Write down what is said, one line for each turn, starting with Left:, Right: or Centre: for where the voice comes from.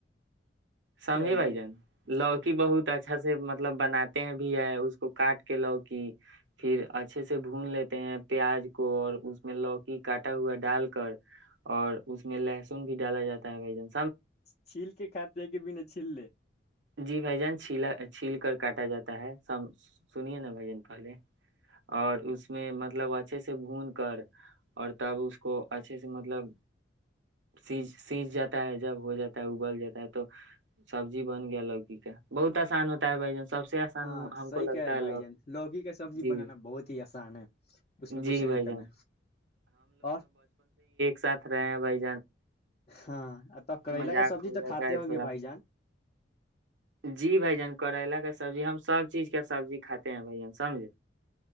Right: سگے
Left: چلیے
Right: بائی جان لوکی بہت اچھا سے مطلب بناتے ہیں بھی ہے اس کو کاٹ کے لوکی پھر اچھے سے بھون لیتے ہیں پیاز کو اور اس میں لوکی کاٹا ہوا ڈال کر اور اس میں لہسن بھی ڈالا جاتا ہے بھ جن
Left: چھیل کے کھاتے کے بھی نہیںھی چلے
Right: جی بھ جان چھیلا چھیل کر کاٹا جاتا ہے س سنیے نا بھ جان پہلے اور اس میں مطلب اچھے سے بھون کر اور تب اس کو اچھے سے مطلب س سیج جاتا ہے جب ہو جاتا ہے اگل جاتا ہے تو سبزی بن گیا لوکی کا بہت آسان ہوتا ہے بھائی جن سے آسان
Left: ہاں
Right: ہم
Left: صحیح
Right: کو لگتا
Left: کہہ رہے ہیں
Right: ہے
Left: بھائی جان لوکی کا سبزی
Right: جی
Left: بنانا بہت ہی آسان ہے اس میں
Right: جی
Left: کچھ نہیں
Right: بھائی
Left: کرنا
Right: جان
Left: اور
Right: سھ رہے ہیں بائی
Left: ہاں تو کریلا
Right: مذاق
Left: کا سبزی
Right: ہو
Left: تو
Right: جاتا
Left: کھاتے
Right: ہے
Left: ہوں
Right: تھوڑا
Left: گے بھائی جان
Right: جی بھ جن کریلا کا سبزی ہم سب چیز کا سبزی کاتے ہیں بھ جان سمج